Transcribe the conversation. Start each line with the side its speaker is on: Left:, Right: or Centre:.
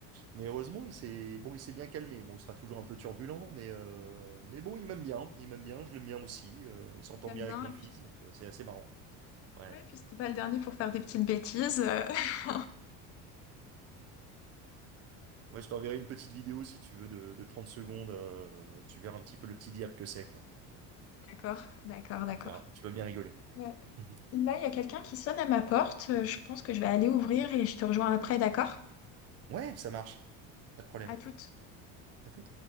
Right: Mais heureusement, il s'est bon, il s'est bien calmé. Bon, il sera toujours un peu turbulent, mais euh, mais bon, il m'aime bien, il m'aime bien, je l'aime bien aussi. euh, il s'entend
Left: J'aime
Right: bien
Left: bien.
Right: avec mon fils, donc euh, c'est assez marrant. Ouais.
Left: Ouais, puis c'était pas le dernier pour faire des petites bêtises. euh. <laughs>
Right: Ouais, je t'enverrai une petite vidéo si tu veux de, de 30 secondes. euh, tu verras un petit peu le petit diable que c'est, quoi.
Left: D'accord, d'accord, d'accord.
Right: Tu verras, tu vas bien rigoler.
Left: Ouais.
Right: <laughs>
Left: Là, il y a quelqu'un qui sonne à ma porte. Euh, Je pense que je vais aller ouvrir et je te rejoins après, d'accord?
Right: Ouais, ça marche. Pas de problème.
Left: À toutes.
Right: À tout.